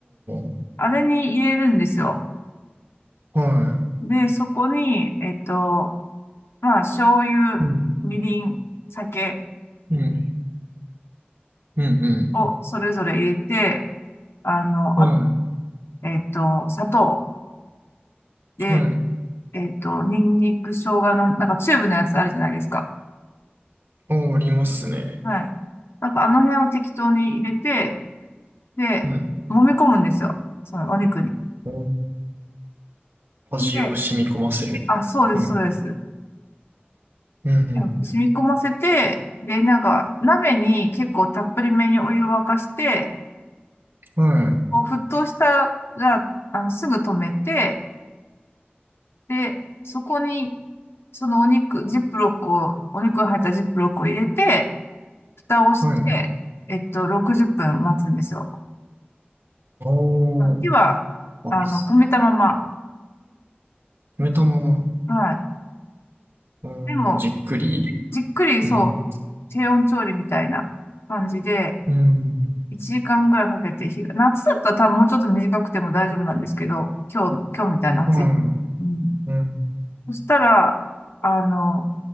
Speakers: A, on the right; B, on the left.
A: ー、
B: あれに入れるんですよ。
A: は
B: で、そこに、えっと、まあ、醤油、
A: い。うん。
B: みりん、酒
A: うん。うん。
B: をそれぞれ入れて、あの、
A: うんはい。
B: あ、えっと、砂糖で、
A: はい。
B: えっと、ニンニク、生姜の、なんかチューブのやつあるじゃないですか。
A: おー、ありますね。
B: はい。なんかあの辺を適当に入れて、で、
A: うん。
B: 揉み込むんですよ。そのお肉に。
A: お味を染み込ませる。
B: で、あ、そうです、
A: はい。
B: そうです。
A: うん。
B: で染み込ませて、で、なんか鍋に結構たっぷりめにお湯を沸かして、
A: はい。
B: こう沸騰したら、あの、すぐ止めて、で、そこに、そのお肉、ジップロックを、お肉が入ったジップロックを入れて、蓋をして、
A: はい。
B: えっと、60分待つんですよ。
A: おー、
B: 火は、
A: あ、
B: あの、
A: す
B: 止めたまま。
A: 止めたまま。
B: はい。
A: おー、
B: でも、
A: じっくり。
B: じっくり、
A: うん。
B: そう、低温調理みたいな感じで、
A: うん。
B: 1時間ぐらいかけて火が、夏だったら多分もうちょっと短くても大丈夫なんですけど、今日、今日みたいな暑い。
A: は
B: うん。
A: い。うん。
B: そしたら、あの、